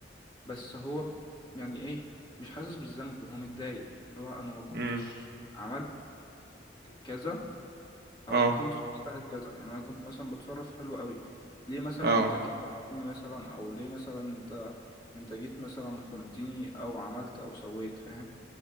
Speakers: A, on the left; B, on the right.
A: بس هو يعني ايه مش حاسس بالذنب هو متضايق اللي هو انا ما كنتش
B: مم.
A: عملت كذا او
B: آه
A: ما كنتش مستاهل كذا يعني انا كنت مثلا بتصرف حلو قوي ليه مثلا
B: آه
A: انت جيت جرحتني مثلا او ليه مثلا انت انت جيت مثلا خنتني او عملت او سويت فاهم